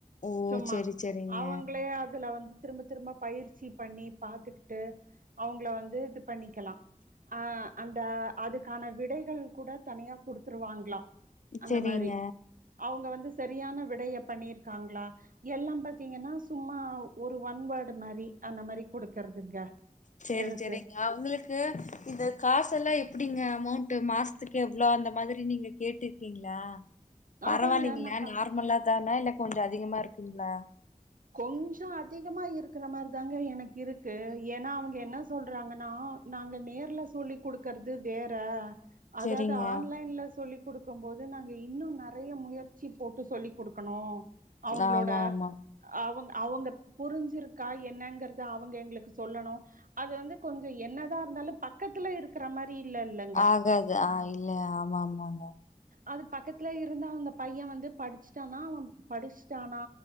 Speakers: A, on the left; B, on the right.
A: ஓ!
B: சும்மா,
A: சரி, சரிங்க.
B: அவங்களே அதுல வந்து திரும்ப, திரும்ப. பயிற்சி பண்ணி பாத்துக்குட்டு அவங்கள வந்து இது பண்ணிக்கலா அ அந்த அதுக்கான விடைகள் கூட தனியா குடுத்துருவாங்ளா அந்த
A: சரிங்க.
B: மாரி அவுங்க வந்து சரியான விடைய பண்ணிருக்காங்ளா எல்லாம் பாத்தீங்கன்னா சும்மா ஒரு ஒன் வேர்டு மாரி அந்த மாரி குடுக்கறதுங்க
A: சேரி
B: எடுத்து
A: சேரி அவுங்ளுக்கு இந்த காசெல்லா எப்டிங்க அமௌண்ட்டு மாஸ்த்துக்கு எவ்ளோ அந்த மாதிரி நீங்க கேட்டு கிங்களா பரவால்லிங்ளா
B: அதாங்க நம்ம
A: நார்மலா தானா, இல்ல கொஞ்சோ அதிகமா இருக்குங்ளா.
B: கொஞ்சோ அதிகமா இருக்குற மார் தாங்க எனக்கு இருக்கு ஏன்னா அவுங்க என்ன சொல்றாங்கன்னா நாங்க நேர்ல சொல்லி் குடுக்கறது வேற அதாவது
A: செரிங்க
B: ஆன்லைன்ல சொல்லி குடுக்கும் போது நாங்க இன்னு நறைய முயற்சி போட்டு சொல்லி குடுக்கணு அவுங்ளோட
A: ஆமா ஆமா
B: அவுங்க அவுங்க புரிஞ்சிருக்கா என்னங்கறத அவுங்க எங்களுக்கு சொல்லணு அது வந்து கொஞ்ச என்னதா இருந்தாலு பக்கத்துல இருக்கிற மார் தி இல்லல்ல
A: ஆகது ஆ இல்ல ஆமா ஆமாங்க
B: அது பக்கத்துல இருந்த அந்த பையன் வந்து படிச்ட்டானா அவன் படிச்ட்டானா